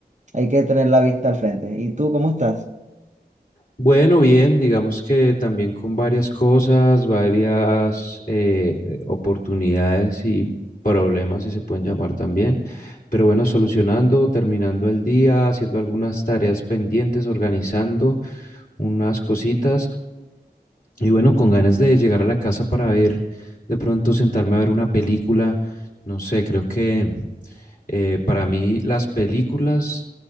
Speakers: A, on the right; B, on the left.
A: hay que tener la vista al frente. ¿Y tú cómo estás?
B: Bueno, bien, digamos que también con varias cosas, varias eh, eh, oportunidades y problemas, si se pueden llamar también, pero bueno, solucionando, terminando el día, haciendo algunas tareas pendientes, organizando unas cositas y bueno, con ganas de llegar a la casa para ver, de pronto sentarme a ver una película, no sé, creo que... Eh, para mí, las películas